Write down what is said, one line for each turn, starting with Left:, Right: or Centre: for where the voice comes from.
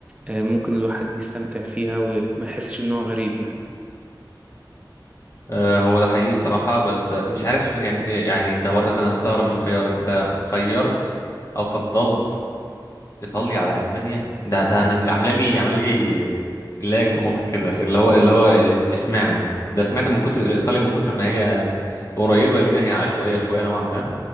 Right: وممكن الواحد يستمتع فيها وما يحسش ان هو غريب يعني
Left: آه، هو ده حقيقي صراحة بس مش عارف ش- يعني آه، يعني انت برضك انا مستغرب من الخيار انت خيرت او فضلت ايطاليا على المانيا ده ده انا عامله لي عامله لي لاج
Right: <laughs>
Left: في مخي كده اللي هو اللي هو إز- اشمعنى ده سمعت من كتر ايطاليا من كتر ما هي قريبة لينا هي عشوائية شوية نوعا ما